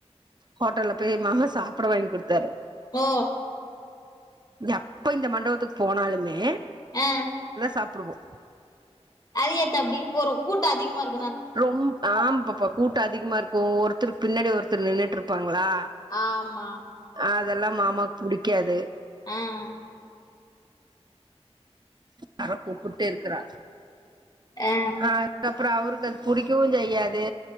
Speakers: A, on the right (about 40°); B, on the left (about 40°).
A: ஹோட்டல்ல போய் மாமா சாப்பிட வாங்கி கொடுத்தாரு
B: ஓ
A: எப்ப இந்த மண்டபத்துக்கு போனாலுமே
B: ஆஹ்
A: சாப்பிடுவோம்
B: அ ஏத்த அப்படி ஒரு கூட்டம் அதிகமா இரு
A: ரொம்ப ஆமா பாப்பா கூட்டம் அதிகமா இருக்கும் ஒருத்தருக்கு பின்னாடி ஒருத்தர் நின்னுட்டு இருப்பாங் லா
B: ஆமா
A: அதெல்லாம் மாமாக்கு புடிக்காது
B: ஆஹ்
A: யார கூப்பிட்டே இருக்கிறா
B: ஆ
A: அஹ் அதுக்கப்புறம் அவருக்கு அது புடிக்கவும் செய்யாது